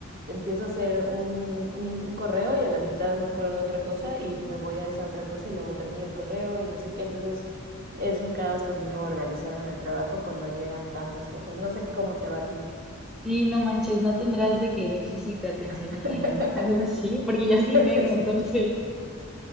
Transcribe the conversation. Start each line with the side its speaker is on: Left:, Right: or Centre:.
Right: empiezo a hacer un, un, un correo y a la mitad me acuerdo de otra cosa y me voy a esa otra cosa y luego termino el correo y no sé qué. Entonces es un caos conmigo organizarme en el trabajo cuando llegan tantas cosas. No sé cómo te va a ti.
Centre: Sí, no manches, no tendrás de que déficit de atención
Right: <laughs>
Centre: y <laughs> algo así, porque yo sí
Right: Creo
Centre: tengo,
Right: que sí.
Centre: entonces